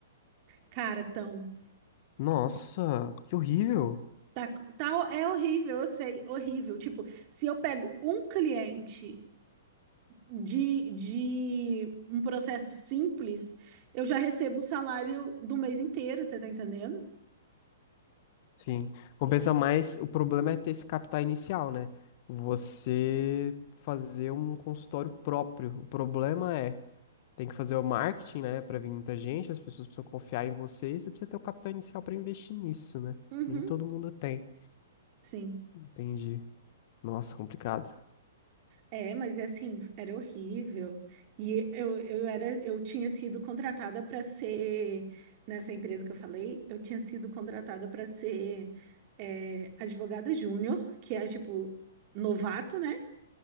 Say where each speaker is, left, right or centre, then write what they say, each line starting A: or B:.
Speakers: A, on the right (about 35°); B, on the left (about 40°).
A: cara, tão,
B: Nossa, que horrível.
A: tá, tá, é horrível, eu sei, horrível. Tipo, se eu pego um cliente de, de um processo simples, eu já recebo um salário do mês inteiro, você tá entendendo?
B: Sim, compensa mais. O problema é ter esse capital inicial, né? Você fazer um consultório próprio. O problema é, tem que fazer o marketing, né? Pra vir muita gente, as pessoas precisam confiar em você e você precisa ter o capital inicial pra investir nisso, né?
A: Uhum,
B: Nem todo mundo tem.
A: sim.
B: Entendi. Nossa, complicado.
A: É, mas é assim, era horrível. E eu, eu era, eu tinha sido contratada para ser, nessa empresa que eu falei, eu tinha sido contratada para ser é, advogada júnior, que é tipo novato, né?